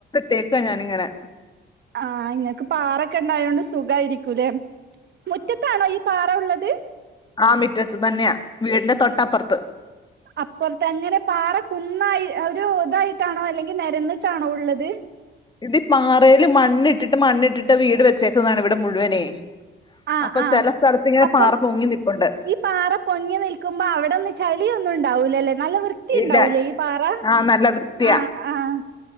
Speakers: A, on the left; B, on the right.
A: തേക്കാ ഞാനിങ്ങനെ
B: ആഹ് ഇങ്ങക്ക് പാറക്കെണ്ടായൊണ്ട് സുഖാരിക്കൂലേ മുറ്റത്താണോ ഈ പാറ ഉള്ളത്?
A: ആഹ് മിറ്റത്ത് തന്നെയാ വീടിന്റെ തൊട്ടപ്പർത്ത്.
B: അപ്പർത്ത അങ്ങനെ പാറ കുന്നായി ഒരു ഇതായിട്ടാണോ അല്ലെങ്കി നെരന്നിട്ടാണോ ഉള്ളത്?
A: ഇത് പാറേല് മണ്ണിട്ടിട്ട് മണ്ണിട്ടിട്ട് വീട് വെച്ചേക്കുന്നതാണ് ഇവ്ടെ മുഴുവനേ
B: ആഹ്
A: അപ്പ
B: ആഹ്
A: ചെലസ്ഥലത്ത് ഇങ്ങനെ
B: അപ്പം
A: പാറ പൊങ്ങി നിപ്പുണ്ട്.
B: ഈ പാറ പൊങ്ങി നിൽക്കുമ്പോ അവിടെന്ന് ചളിയൊന്നും ണ്ടാവൂലലെ നല്ല വൃ ത്തി
A: ഇല്ല
B: ണ്ടാവൂലേ ഈ പാറ
A: ആ നല്ല വൃത്തിയാ
B: ആഹ് ആഹ്